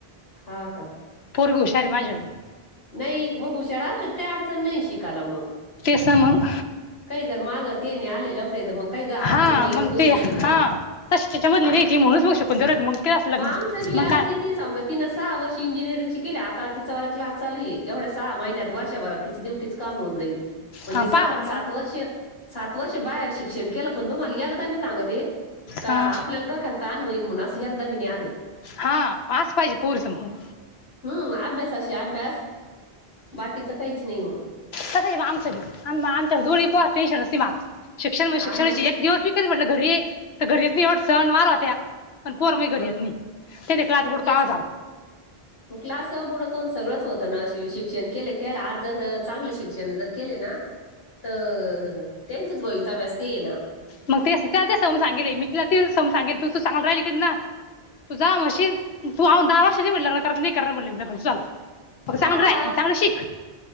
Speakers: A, on the left; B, on the left.
A: हा का
B: पोरगी हुशार है माझ्यवनी.
A: नाही मग हुशार असेलच काही अडचण नाही शिकायला मग
B: तेच ना मग
A: काही जर मागत ते नाही आलेलं लपडे तर मग काही ग अडचण
B: हा
A: नाही
B: मग
A: येत पोर
B: ते हा
A: शिकायला
B: तशी त्याच्यामधली
A: आ-
B: नाही ती म्हणूनच मग शिकून जरत मग केलास लग्न
A: म आमचं बी
B: मग
A: आता
B: काय
A: किती समजा तीन सहा वर्षी इंजिनिअरिंग केल्या आता तिचा क्लास चालू आहे एवढ्या सहा महिन्यात वर्षभरात तिच डुटीच काम होऊन जाईल म्हणजे
B: हा
A: सात
B: पहा बरं
A: सात
B: मग
A: वर्ष सात वर्ष बाहेर शिक्षण केलं पण तुम्हाला एकदा बी सांग ते का
B: हा
A: आपल्याला डोक्याला- तान होईल मनून अस एकदा बी नाय आलं
B: हा आस पाहिजे पोरीचं म्हणून
A: हम्म अभ्यासशी अभ्यास बाकीच काहीच नाही मग.
B: तसं आहे आमचं बी आ आमच्या दोन्ही पोरांचं टेंन्शन नसती मला शिक्षण म्हण
A: हा
B: शिक्षणाची
A: ना मग
B: एक दिवस भी कधी म्हटलं घरी येे तर घरीेच नाही एवढं सण वार होत्या- <unintelligible> पण पोर माझी
A: हा
B: घरी येत नाही तेथ क्लास बुडता
A: तेच
B: माझा
A: <inaudible> मग क्लास बुडतो आणि सगळंच होतं ना शिक्षण केले त्यायला आज जर चांगले शिक्षण जर केले ना तर त्यांचच भवितव्यास ते ये ना
B: मग ते त्याला ते समजून सांगेलतल मी तला तेच समजून सांगितल तूझ तू सांभाळून राहिल की ना- <unintelligible> तु जवा म्हशीन तू अजून दहा वर्षानी म्हणलं करत म्हटलं नाही करानार म्हणली तरी चालल. मग
A: हा
B: चांगलंच राहय आणि चांगलं शिक- <unintelligible>